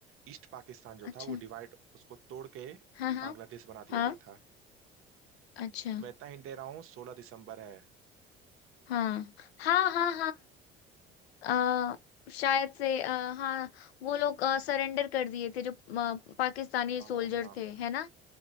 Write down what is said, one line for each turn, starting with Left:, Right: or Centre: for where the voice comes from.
Right: ईस्ट पाकिस्तान जो
Left: अच्छा
Right: था वो डिवाइड उसको तोड़ के
Left: हाँ हाँ
Right: बांग्लादेश बना दिया
Left: हाँ
Right: गया था
Left: अच्छा
Right: मैं इतना हिंट दे रहा हूँ सोलह दिसंबर है
Left: हाँ हाँ हाँ हाँ अ, शायद से अ, हाँ वो लोग सरेंडर कर दिए थे जो अ, पाकिस्तानी
Right: हाँ
Left: सोल्जर
Right: हाँ हाँ।
Left: थे है ना